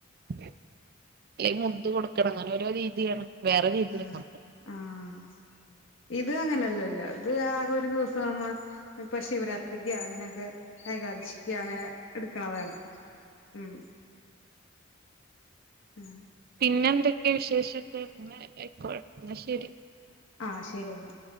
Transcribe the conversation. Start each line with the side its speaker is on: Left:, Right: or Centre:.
Right: അല്ലെ മുദ് കൊടുക്കണം അങ്ങനെ ഓരോ രീതിയാണ് വേറെ രീതി
Left: ആഹ്
Right: ഞങ്ങൾത്
Left: ആഹ് ഇത് അങ്ങനെയല്ലല്ല അത് ആകെ ഒരു ദിവസം നമ്മ ഇപ്പൊ ശിവരാത്രിക്ക് അങ്ങനെയൊക്കെ ഏകാദശിക്ക അങ്ങനെ ഇട്ക്കണതാണ് ഉം ഉം
Right: പിന്നെന്തൊക്കെയെ വിശേഷൊക്കെ ന്നാ ആയിക്കോട്ടെ ന്നാ ശരി
Left: ആഹ് ശരി എന്നാ